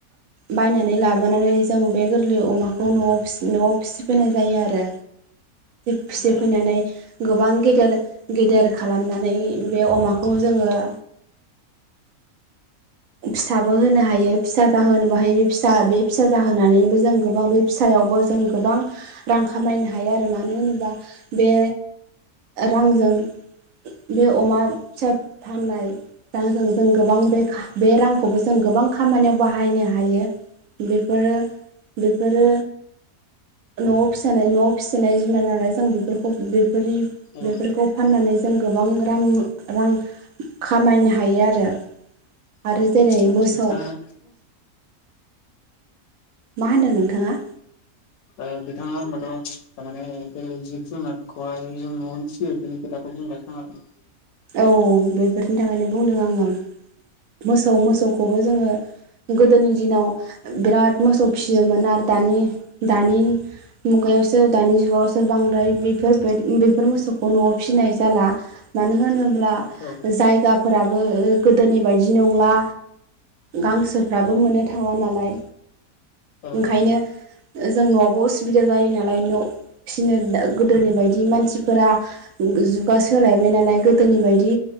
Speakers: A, on the right (about 70°); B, on the left (about 75°).
A: बायनानै लाबोनानै जों बे गोरलै अमाखौ न'आव न'आव फिसिबोनाय जायो आरो फिसि
B: औ
A: फैनानै गोबां गेदेर गेदेर खालामनानै बे अमाखौ जों जोङो फिसाबो होनो हायो फिसा जाहोनो बाहाय बे फिसा बे फिसा जाहोनानैबो जों गोबां बे फिसा बेयावबो जों गोबां रां खामायनो हायो आरो मानो होनोबा बे रांजों बे अमा फिसा फाननाय रांजों जों गोबां बे बे रांखौबो जों गोबां खामानियाव बाहायनो हायो बेफोरो बेफोरो न'आव फिसानाय न' फिसिनाय जुनार लानाय जों बेफोरखौ बेफोरनि
B: औ
A: बेफोरखौ फाननानै जों गोबां रां रां खामायनो हायो आरो आरो
B: औ
A: जेरै मोसौ
B: बिथाङा
A: मा होनो नोंथाङा?
B: ओ बिथाङा होमबाथ' थारमानि बे जिब जुनारखौहाय जों न'आवनो फिसियो बेनि खोथाखौ बुंलाय खोनादों।
A: औ बेफोरनि थाखायनो बुंदों आङो मोसौ मोसौ खौबो जोङो गोदोनि दिनाव बिराद मोसौ फिसियोमोन आरो दानि दानि मुगायावसो दानि जुगावसो बांद्राय बेफोर बेफोर मोसौखौ न'आव फिसिनाय जाला मानो होनोब्ला
B: औ
A: जायगाफोराबो गोदोनि बायदि बिदि नंला गांसोफ्राबो मोननो थाङा नालाय
B: औ
A: ओंखायनो जों न'आवबो असुबिदा जायो नालाय न' फिसिनो गोदोनि बायदि मानसिफोरा जुगा सोलायबाय नालाय गोदोनि बायदि